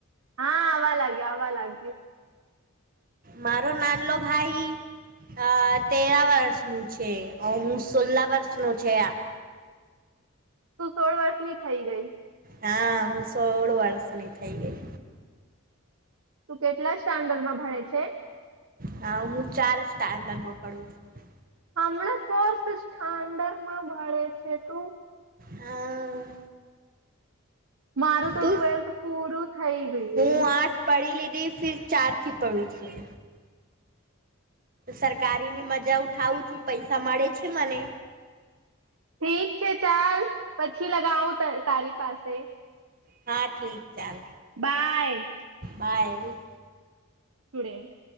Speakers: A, on the right; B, on the right.
A: હા આવવા લાગ્યા આવવા લાગ્યું
B: મારો નાનલો ભાઈ અ તેરા વર્ષનુંું છે હું સોલા વર્ષનું છે.
A: તું સોળ વર્ષની થઈ ગઈ.
B: હા હું સોળ વર્ષની થઈ ગઈ.
A: તું કેટલા સ્ટાન્ડર્ડમાં ભણે છે.
B: હા હું ચાર સ્ટાન્ડમાં પડું છું.
A: હમણાં ફોર્થડરમાં મળે છે ત.
B: હા.
A: મારું તો
B: તું
A: ટ્વેલ્થ પૂરું. થઈ ગયું
B: હું આઠ પડી લીધી ફિર ચાર થી પડું છું. સરકારી ની મજા ઉઠાવું છું પૈસા મળે છે મને.
A: ઠીક છે ચાલ પછી લગાવું તારી પાસે.
B: હા ઠીક ચાલ.
A: બાય.
B: બર.
A: સુુડે